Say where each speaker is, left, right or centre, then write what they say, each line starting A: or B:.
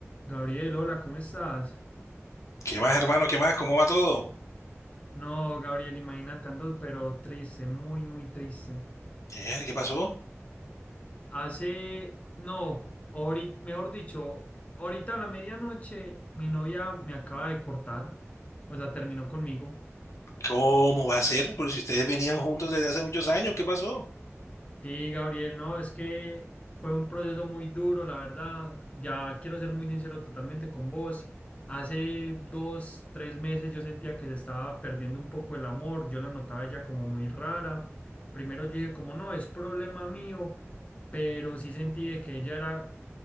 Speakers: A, on the left; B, on the left.
A: Gabriel, hola, ¿cómo estás?
B: ¿Qué más, hermano? ¿Qué más? ¿Cómo va todo?
A: No, Gabriel, imagínate, ando pero triste, muy, muy triste.
B: Eh, ¿Qué pasó?
A: Hace, no, ahorita, mejor dicho, ahorita a la medianoche mi novia me acaba de cortar, o sea, terminó conmigo.
B: ¿Cómo va a ser? Pero si ustedes venían juntos desde hace muchos años, ¿qué pasó?
A: Sí, Gabriel, no, es que fue un proceso muy duro, la verdad. Ya quiero ser muy sincero totalmente con vos. Hace dos, tres meses yo sentía que se estaba perdiendo un poco el amor. Yo la notaba ella como muy rara. Primero yo dije como no, es problema mío, pero sí sentí de que ella era